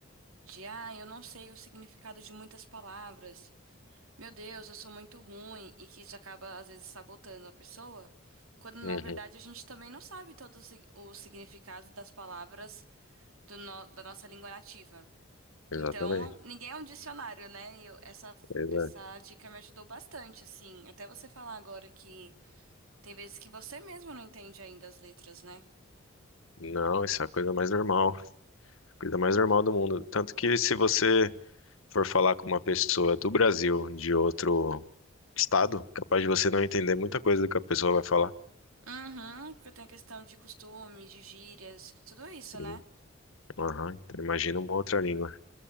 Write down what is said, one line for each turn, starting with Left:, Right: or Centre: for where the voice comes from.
Right: De, ah, eu não sei o significado de muitas palavras. Meu Deus, eu sou muito ruim e que isso acaba às vezes sabotando a pessoa, quando na
Left: Uhum,
Right: verdade a gente também não sabe todo o sig- o significado das palavras do no- da nossa língua nativa.
Left: exatamente.
Right: Então, ninguém é um dicionário, né? E eu- essa,
Left: Pois
Right: essa
Left: é.
Right: dica me ajudou bastante, assim. Até você falar agora que tem vezes que você mesmo não entende ainda as letras, né?
Left: Não, isso é a coisa mais normal. Coisa mais normal do mundo. Tanto que se você for falar com uma pessoa do Brasil, de outro estado, capaz de você não entender muita coisa do que a pessoa vai falar.
Right: Uhum, porque tem a questão de costume, de gírias, tudo isso,
Left: Uhum.
Right: né?
Left: Aham, Então imagina uma outra língua.